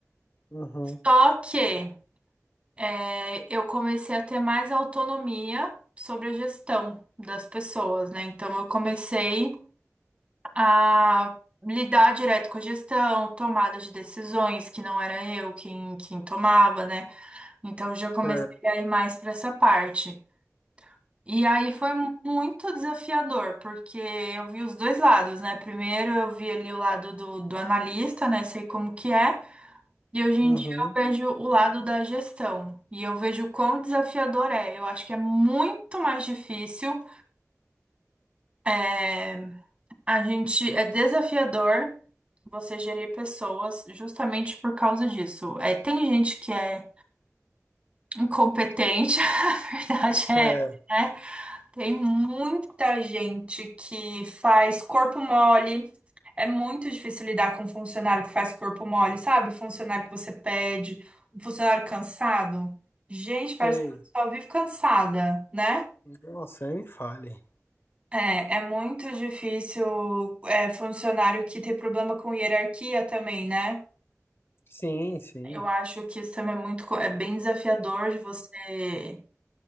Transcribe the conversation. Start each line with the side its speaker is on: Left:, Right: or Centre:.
Left: Uhum.
Right: Só que é, eu comecei a ter mais autonomia sobre a gestão das pessoas, né? Então eu comecei a lidar direto com a gestão, tomada de decisões que não era eu quem, quem tomava, né? Então eu já comecei
Left: Certo.
Right: a ir mais para essa parte. E aí foi muito desafiador, porque eu vi os dois lados, né? Primeiro eu vi ali o lado do, do analista, né? Sei como que é. E hoje
Left: Uhum.
Right: em dia eu vejo o lado da gestão e eu vejo o quão desafiador é. Eu acho que é muito mais difícil. é, A gente é desafiador você gerir pessoas justamente por causa disso. É, tem gente que é incompetente, <laughs> a verdade é,
Left: É,
Right: né? Tem muita gente que faz corpo mole. É muito difícil lidar com um funcionário que faz corpo mole, sabe? O funcionário que você pede, um funcionário cansado. Gente, parece
Left: sei.
Right: que a pessoa vive cansada, né?
Left: Nossa, aí me fale.
Right: É, é muito difícil, é, funcionário que tem problema com hierarquia também, né?
Left: Sim, sim.
Right: Eu acho que isso também é muito, co- é bem desafiador de você